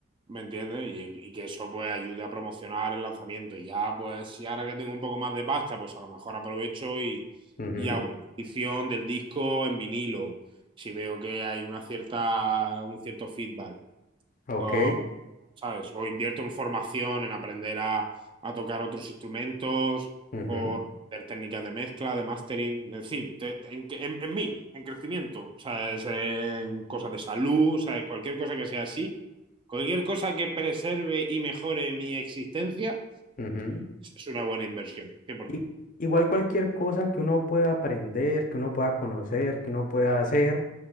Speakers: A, on the right (about 25°); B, on the left (about 40°).
A: ¿me entiendes? Y, y que eso pues ayude a promocionar el lanzamiento. Y ya pues si ahora que tengo un poco más de pasta, pues a lo mejor aprovecho y,
B: mhm,
A: y hago una edición del disco en vinilo. Si veo que hay una cierta, un cierto feedback
B: ok,
A: o, ¿sabes? O invierto en formación, en aprender a, a tocar otros instrumentos
B: mhm,
A: o aprender técnicas de mezcla, de mastering, es decir, te- te- en, que- en- en mí, en crecimiento, ¿sabes? En cosas de salud, ¿sabes? Cualquier cosa que sea así, cualquier cosa que preserve y mejore mi existencia
B: mhm,
A: es una buena inversión, 100%.
B: I- Igual cualquier cosa que uno pueda aprender, que uno pueda conocer, que uno pueda hacer,